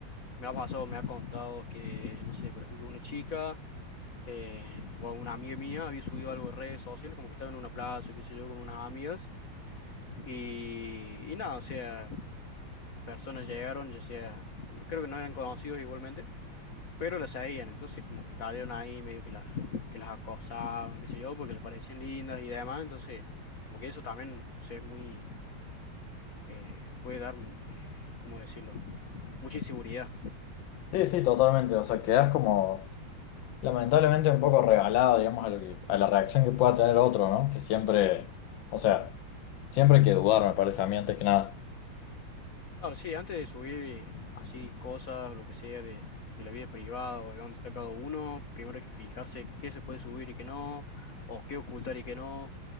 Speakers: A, on the left (about 45°); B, on the left (about 75°).
A: me ha pasado, me ha contado que, no sé, por ejemplo, una chica eh, o una amiga mía había subido algo en redes sociales, como que estaba en una plaza, qué sé yo, con unas amigas, y, y nada, o sea, personas llegaron, ya sea, creo que no eran conocidos igualmente, pero las seguían, entonces como que cayeron ahí medio que, la, que las acosaban, qué sé yo, porque les parecían lindas y demás, entonces como que eso también, o sea, es muy, eh, puede dar, eh, ¿cómo decirlo? Mucha inseguridad.
B: Sí, sí, totalmente. O sea, quedas como lamentablemente un poco regalado, digamos, a lo que- a la reacción que pueda tener otro, ¿no? Que siempre, o sea, siempre hay que dudar, me parece a mí, antes que nada.
A: Claro, sí, antes de subir así cosas, lo que sea, de, de la vida privada o de dónde está cada uno, primero hay que fijarse qué se puede subir y qué no, o qué ocultar y qué no.